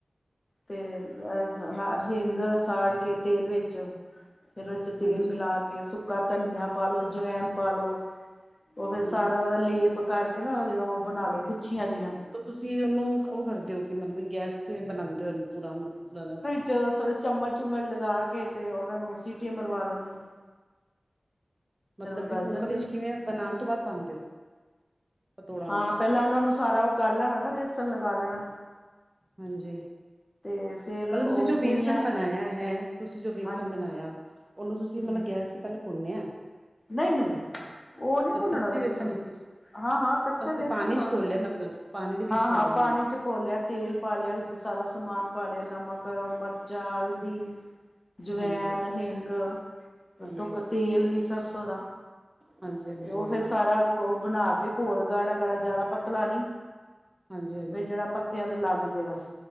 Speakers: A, on the left (about 40°); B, on the right (about 30°).
A: ਤੇ ਅ ਹ ਹਿੰਗ ਸਾੜ ਕੇ ਤੇਲ ਵਿੱਚ ਫੇਰ ਓਦ ਚ ਤੇਲ
B: ਹਾਂਜੀ,
A: ਮਿਲਾ ਕੇ, ਸੁੱਕਾ ਧਨੀਆ ਪਾ ਲਓ, ਜਵੈਨ ਪਾ ਲਓ। ਓ ਫੇਰ
B: ਹਾਂਜੀ।
A: ਸਾਰਾ
B: ਤਾਂ
A: ਓਦਾ ਲੇਪ ਕਰਕੇ ਨਾ ਓਦੇ ਓ ਬਣਾ ਲੋ ਗੁੱਛੀਆਂ ਜੇਈਆ।
B: ਤੇ ਤੁਸੀਂ ਓਨੂੰ ਓ ਕਰਦੇ ਓ ਕਿ ਮਤਲਬ ਗੈਸ ਤੇ ਬਣਾਦੇ ਓ ਉਹਨੂੰ ਪੂਰਾ ਮਤਲਬ
A: ਚੋਲ ਥੋੜੇ ਚਮਚ- ਚੁੰਮਚ ਲਗਾ ਕੇ ਤੇ, ਉਹਨਾ ਨੂੰ ਸੀਟੀਆਂ ਮਰਵਾ ਦਿੰਦੇ।
B: ਮਤਲਬ
A: ਗਲ
B: ਕਿ ਕੁੱਕਰ
A: ਜਾਂਦੇ
B: ਵਿੱਚ
A: ਨੇ
B: ਕਿਵੇਂ ਬਣਾਉਣ ਤੋਂ ਬਾਅਦ ਪਾਉਂਦੇ ਹੋ ਪਤੋੜਾਂ
A: ਹਾਂ
B: ਨੂੰ।
A: ਪਹਿਲਾਂ ਉਹਨਾਂ ਨੂੰ ਸਾਰਾ ਉਹ ਕਰ ਲੈਣਾ ਨਾ ਵੇਸਨ ਲਗਾ ਲੈਣਾ।
B: ਹਾਂਜੀ।
A: ਤੇ ਫੇਰ
B: ਮਤਲਬ,
A: ਉਹ
B: ਤੁਸੀਂ ਜੋ ਵੇਸਨ
A: ਪੁੁਣੀਆਂ
B: ਬਣਾਇਆ ਹੈ। ਤੁਸੀਂ ਜੋ ਵੇਸਨ
A: ਹਾਂਜੀ
B: ਬਣਾਇਆ, ਉਹਨੂੰ ਤੁਸੀਂ
A: ਹੂੰ
B: ਮਤਲਬ ਗੈਸ ਕੱਲ ਪੁੰਨਿਆ
A: ਨਹੀਂ -ਨਹੀਂ, ਉਹ ਨਹੀਂ ਭੁੰਨਣਾ
B: ਕੱਚੇ
A: ਵੇਸਣ
B: ਬੇਸਨ ਵਿੱਚ
A: ਹਾਂ ਹਾਂ ਕੱਚਾ
B: ਬਸ
A: ਬੇਸਣ
B: ਪਾਣੀ
A: ਪਾਉਣਾ
B: ਚ ਘੋਲਿਆ ਮਤਲਬ ਪਾਣੀ ਦੇ ਵਿੱਚ
A: ਹਾਂ
B: ਘੋਲਿਆ
A: ਹਾਂ
B: ਉਹਨੂੰ
A: ਪਾਣੀ ਚ ਘੋਲਿਆ। ਤੇਲ ਪਾ ਲਿਆ, ਵਿੱਚ ਸਾਰਾ ਸਮਾਨ ਪਾ ਲਿਆ ਨਮਕ, ਮਿਰਚਾਂ, ਹਲਦੀ ਜਵੈਨ,
B: ਹਾਂਜੀ,
A: ਹਿੰਗ,
B: ਹਾਂਜੀ,
A: ਧੁੱਕ,
B: ਹਾਂਜੀ,
A: ਤੇਲ ਵੀ। <unintelligible> ਦਾ
B: ਹਾਂਜੀ, ਹਾਂਜੀ,
A: ਤੇ, ਉਹ ਫੇਰ ਸਾਰੇ ਬਣਾ ਕੇ, ਘੋਲ ਗਾੜਾ- ਗਾੜਾ, ਜਿਆਦਾ ਪਤਲਾ ਨੀ
B: ਹਾਂਜੀ, ਹਾਂਜੀ।
A: ਬਈ ਜਿਹੜਾ ਪ <unintelligible> ਦੇ ਲੱਗ ਜੇ ਬਸ।